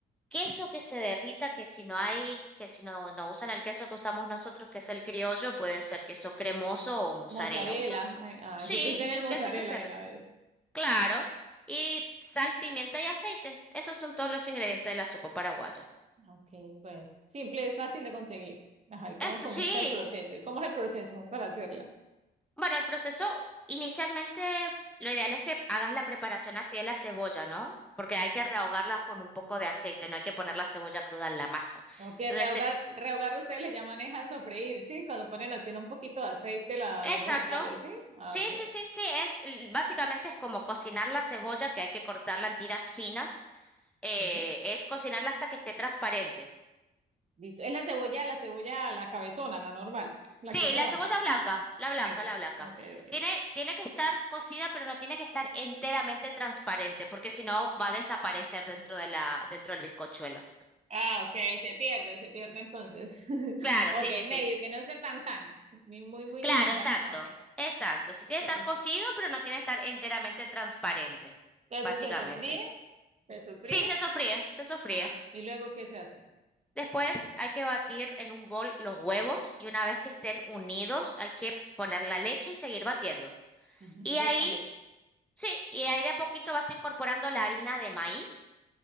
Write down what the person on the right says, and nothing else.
mozzarella.
Ay, ah,
eso pensé en
el mozzarella
de
una vez.
Ok, pues simple, es fácil de conseguir. Ajá, ¿y cómo
comienza
el proceso? ¿Y cómo es el proceso para hacerla?
Ok,
rehogar,
rehogar ustedes le llaman es a sofreír, ¿sí? Cuando ponen así en un poquito de aceite la-
los vegetales, ¿sí? Ah,
ok.
Ok.
Listo. Es la cebolla, la cebolla, la cabezona, la normal, la
que es redonda.
Eso.
Ok, ok.
Ah, ok, se pierde, se pierde entonces. <laughs>
Ok,
medio, que no sea tan tan, ni muy, muy,
ni tan tan.
Ah, ok.
Entonces,
entonces
se sofríe, se sofríe.
Ajá. ¿Y luego qué se hace?
Ujú,
Huevos
con leche.